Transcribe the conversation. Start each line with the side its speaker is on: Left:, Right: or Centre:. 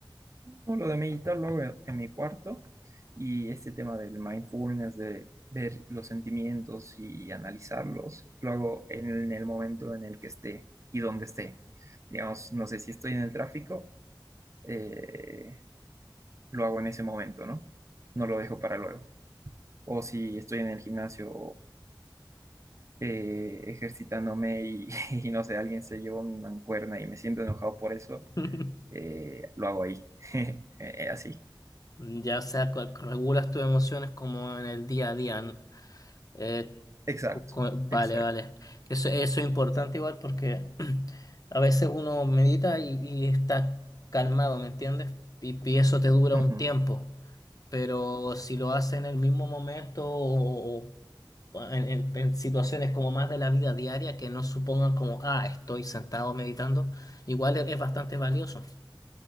Right: No, lo de meditar lo hago en en mi cuarto y este tema del mindfulness, de ver los sentimientos y analizarlos, lo hago en el momento en el que esté y donde esté. Digamos, no sé si estoy en el tráfico, eh, lo hago en ese momento, ¿no? No lo dejo para luego. O si estoy en el gimnasio eh, ejercitándome y, <laughs> y no sé, alguien se llevó mi mancuerna y me siento enojado por eso,
Left: <laughs>
Right: eh, lo hago ahí. <laughs> Eh, Así.
Left: Ya, o sea, cu- cu- regulas tus emociones como en el día a día. n- eh,
Right: Exacto,
Left: cu- cu- vale,
Right: exacto.
Left: vale. Eso, eso es importante igual porque <clears throat> a veces uno medita y, y está calmado, ¿me entiendes? Y, y eso te dura
Right: Ujú,
Left: un tiempo. Pero si lo haces en el mismo momento o, en, en- en situaciones como más de la vida diaria que no supongan como, ah, estoy sentado meditando, igual es, es bastante valioso.